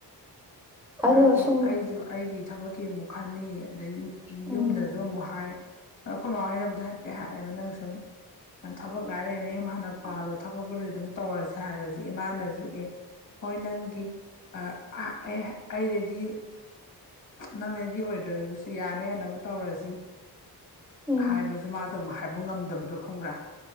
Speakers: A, on the left; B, in the centre.
A: ꯍꯥꯏꯕꯗꯤ
B: ꯑꯗꯣ ꯁꯨꯝ
A: ꯑꯩꯁꯨ ꯑꯩꯒꯤ ꯊꯕꯛꯀꯤ ꯑꯃꯨꯛ ꯈꯅꯤ ꯑꯗꯒꯤ꯫
B: ꯎꯝ
A: ꯌꯨꯝꯗꯁꯨ ꯑꯃꯨꯛ ꯍꯥꯏ꯫ ꯑꯩꯈꯣꯏ ꯃꯃꯥꯡꯅ ꯑꯝꯗ ꯍꯥꯏꯐꯦꯠ ꯍꯥꯏꯑꯦꯕ ꯅꯪ ꯁꯨꯝ ꯌꯥꯝ ꯊꯕꯛ ꯉꯥꯏꯔꯤ꯫ ꯌꯨꯝ ꯍꯥꯟꯅ ꯄꯥꯜꯔꯣ ꯊꯕꯛ ꯑꯗꯨꯝ ꯇꯧꯔꯁꯦ ꯍꯥꯏꯔꯁꯤ ꯏꯃꯥꯅꯁꯨ ꯑꯦ ꯍꯣꯏ ꯅꯪꯒꯤ ꯑꯦ ꯑꯩ ꯔꯦꯗꯤ ꯅꯪ ꯔꯦꯗꯤ ꯑꯣꯏꯗ꯭ꯔ ꯑꯗꯨꯁꯨ ꯌꯥꯅ ꯌꯥꯅꯕ꯫ ꯇꯧꯔꯁꯤ
B: ꯎꯝ
A: ꯍꯥꯏꯕꯁꯨ ꯃꯥꯁꯨ ꯑꯃꯨꯛ ꯍꯥꯏꯕ ꯉꯝꯗꯕꯗꯣ ꯈꯪꯕ꯭ꯔꯥ꯫